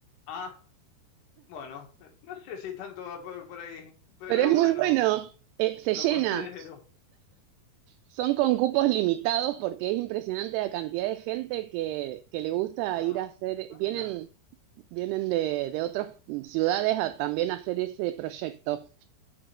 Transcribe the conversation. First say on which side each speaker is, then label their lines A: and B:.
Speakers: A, on the left; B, on the right.
A: Ah, Bueno, no sé si tanto va por, por ahí, pero
B: Pero es muy
A: bueno,
B: bueno, eh, se
A: lo
B: llena,
A: considero.
B: Son con cupos limitados porque es impresionante la cantidad de gente que, que le gusta
A: Ah,
B: ir a hacer,
A: ah,
B: vienen,
A: mira.
B: vienen de, de otras ciudades a también hacer ese proyecto.